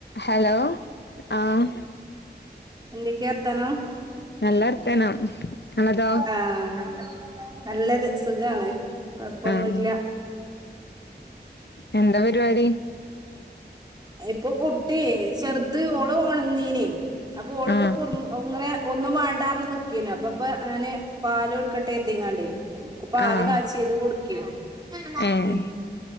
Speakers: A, on the left (about 80°); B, on the right (about 25°).
A: Hello ആഹ്
B: എന്തൊക്ക്യാർത്താനം
A: നല്ലർത്താനം അങ്ങൾതോ
B: ആഹ് നല്ലത് സുഖാണ് കൊയ്പ്പൊന്നുല്ല
A: ആഹ് എന്താ പരിപാടി
B: ഇപ്പൊ കുട്ട്യെ ചെർത് ഓള് ഒണന്നീനി അപ്പൊ ഓള്പ്പ
A: ആഹ്
B: കുറും അങ്ങനെ ഒന്നും വേണ്ടാന്ന്പറഞ്ഞ് നിക്കേനു അപ്പപ്പൊ ഞാന് പാല് കൊടുക്കട്ടെ എന്ന് കര്തിക്കാണ്ടേ ഉം പ്പ പാല്
A: ആഹ്
B: കാച്ചിത് കൊടുക്ക് ക്ക്യാണ്
A: ഏഹ്
B: ഉം